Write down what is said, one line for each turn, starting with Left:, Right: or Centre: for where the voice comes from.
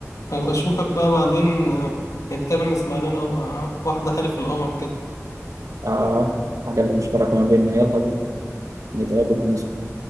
Left: أبقى أشوفك بقى بعدين آه، نتقابل نسمع لنا آه، واحدة حلف القمر كده
Right: آه حاجة اللي مشتركة ما بيننا يلا بينا نتقابل ونسمع